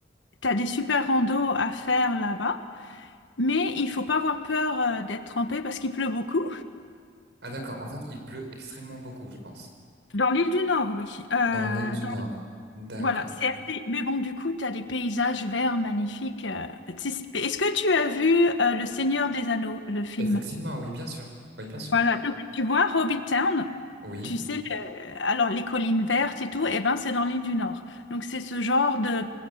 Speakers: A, on the left; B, on the right.
A: t'as des super randos à faire là-bas. Mais il faut pas avoir peur euh, d'être trempé parce qu'il pleut beaucoup.
B: Ah d'accord, en fait, il pleut extrêmement beaucoup, je pense.
A: Dans l'île du Nord, oui. Euh,
B: Dans l'île du
A: dans-
B: Nord. D'accord.
A: Voilà, c'est assez... Mais bon, du coup, tu as des paysages verts magnifiques. euh. C'est- Est-ce que tu as vu euh, Le Seigneur des Anneaux, le film?
B: Effectivement, oui, bien sûr. Oui, bien sûr.
A: Voilà, donc tu vois, Hobbit Town,
B: Oui,
A: tu sais, le- alors les collines vertes et tout, eh ben c'est dans l'île du Nord. Donc c'est ce genre de,